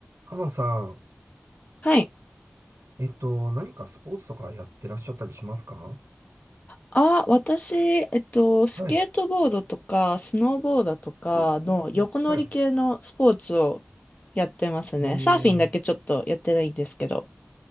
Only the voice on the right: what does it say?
かなさん、
えっと、何かスポーツとかやってらっしゃったりしますか
はい。
おーはい。
もう、